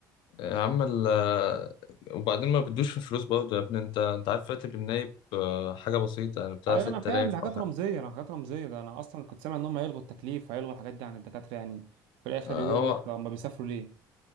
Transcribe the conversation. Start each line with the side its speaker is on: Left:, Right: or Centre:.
Left: عمل آه، وبعدين ما بدوش في فلوس برضه يا ابني انت انت عارف راتب النايب آه، حاجة بسيطة يعني بتاع
Right: ايوه
Left: 6000
Right: انا فاهم دي حاجات
Left: او حاجة
Right: رمزيه انا حاجات رمزيه ده انا اصلا كنت سامع ان هم هيلغوا التكليف هيلغوا الحاجات دي عن الدكاتره يعني في الاخر
Left: اه،
Right: يقول
Left: هو
Right: لك هم بيسافروا ليه